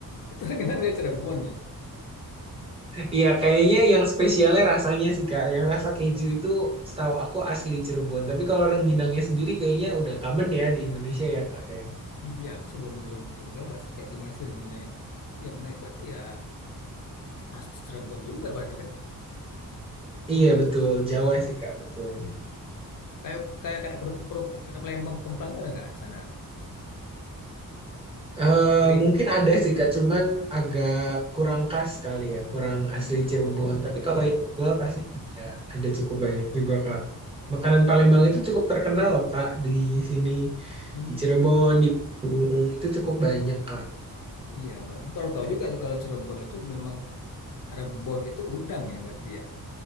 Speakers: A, on the left; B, on the right.
A: Itu Rengginang dia Cirebon ya?
B: Iya, kayaknya yang spesialnya rasanya sih Kak. Yang rasa keju itu setahu aku asli Cirebon. Tapi kalau rengginangnya sendiri kayaknya udah common ya di Indonesia ya Kak ya.
A: Ya, aku sih belum belum belum coba sih kayak gimana sih rengginang itu. Ya menarik berarti ya khas Cirebon juga berarti kan.
B: Iya
A: Mm-mm.
B: betul, Jawa sih Kak, betul.
A: Kayak kayak kayak kerupuk-kerupuk kayak Palembang Kemplang itu ada nggak di sana?
B: Eh,
A: Krip.
B: mungkin ada sih Kak, cuman agak kurang khas kali ya, kurang
A: Mm-mm.
B: asli
A: Oh,
B: Cirebon. Tapi kalau
A: iya
B: yang
A: iya.
B: jual pasti ada, ada cukup
A: Mm-mm.
B: banyak juga Kak.
A: Oh,
B: Makanan
A: baru
B: Palembang itu cukup terkenal loh Kak di sini,
A: Hmm,
B: di Cirebon, di Bung, itu cukup banyak Kak.
A: iya ba- baru tahu juga tuh kalau Cirebon itu memang Rebon itu udang ya berarti ya.